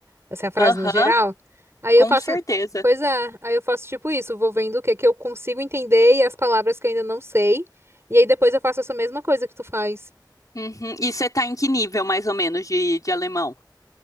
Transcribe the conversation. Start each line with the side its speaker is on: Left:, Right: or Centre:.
Right: essa é a frase
Left: Aham.
Right: no geral. Aí
Left: Com
Right: eu faço,
Left: certeza.
Right: pois é, aí eu faço tipo isso, vou vendo o que é que eu consigo entender e as palavras que eu ainda não sei, e aí depois eu faço essa mesma coisa que tu faz.
Left: Uhum. E você tá em que nível, mais ou menos, de, de alemão?